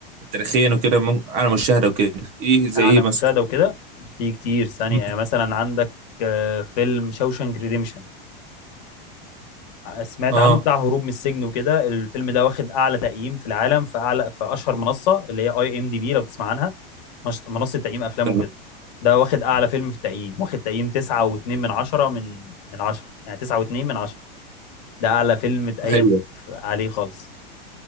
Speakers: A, on the right; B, on the left.
A: تاريخيا وكده مم- على مشاهده وكده ايه زي
B: على
A: ايه مثلا
B: مشاهده وكده في كتير ثانيه
A: مم.
B: يعني مثلا عندك آه، فيلم شوشانك ريديمشن سمعت
A: اه
B: عنه بتاع هروب من السجن وكده الفيلم ده واخد اعلى تقييم في العالم في اعلى في اشهر منصه اللي هي اي ام دي بي لو تسمع عنها مش- منصه تقييم افلام
A: تمام
B: وكده ده واخد اعلى فيلم في التقييم واخد تقييم 9.2 من 10 من من 10 يعني 9.2 من 10 ده اعلى فيلم اتقيم
A: أيوه.
B: ف- عليه خالص